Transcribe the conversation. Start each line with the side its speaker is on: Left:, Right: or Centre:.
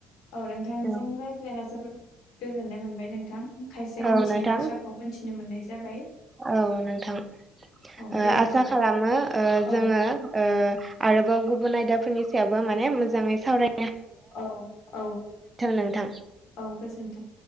Left: औ नोंथांजों
Right: औ
Left: रायज्लायना जोबोद गोजोननाय मोनबाय नोंथां खायसे
Right: औ
Left: मिथियै
Right: नोंथां
Left: बाथ्राखौ मोनथि नो मोननाय जाबाय
Right: औ नोंथां ओ
Left: औ दे बिदिब्ला
Right: आसा खालामो ओ
Left: औ
Right: जोङो ओ आरोबाव गुबुन आयदाफोरनि सायावबो माने मोजाङै सावराय
Left: औ औ
Right: नोंथां।
Left: औ गोजोन्थों